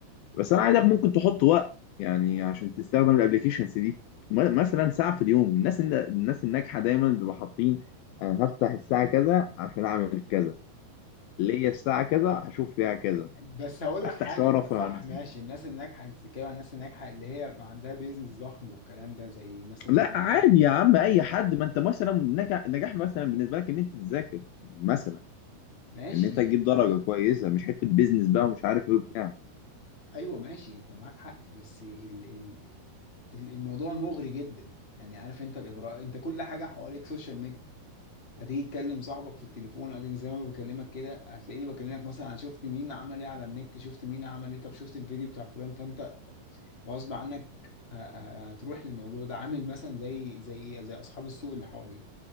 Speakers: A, on the left; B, on the left.
A: بس انا عايزك ممكن تحط وقت يعني عشان تستخدم الابلكيشنز دي م- مثلا ساعه في اليوم الناس الناس الناجحه دايما بيبقى حاطين انا هفتح الساعه كذا عشان اعمل كذا ليا الساعه كذا هشوف فيها كذا
B: بس هقول
A: هفتح
B: لك حاجة
A: شويه ارفه
B: أنت صح
A: عن نفسي
B: ماشي الناس الناجحة أنت بتتكلم عن الناس الناجحة اللي هي عندها بيزنس ضخم والكلام ده زي مثلا
A: لا
B: زي المشاهير
A: عادي
B: الكبيرة
A: يا عم
B: يعني
A: اي حد ما انت مثلا نجاح نجاح مثلا بالنسبه لك ان انت تذاكر مثلا
B: ماشي
A: ان انت تجيب درجه كويسه مش حته بيزنس بقى ومش عارف ايه وبتاع
B: ايوه ماشي انت معاك حق بس ال ال ال- الموضوع مغري جدا يعني عارف انت الاغراء انت كل حاجه حواليك سوشيال ميديا هتيجي تكلم صاحبك في التليفون أجي زي ما أنا بكلمك كده هتلاقيني بكلمك مثلا عن شفت مين عمل ايه على النت شفت مين عمل ايه طب شفت الفيديو بتاع فلان فانت غصب عنك ه- ه- هتروح للموضوع ده عامل مثلا زي زي زي اصحاب السوق اللي حواليك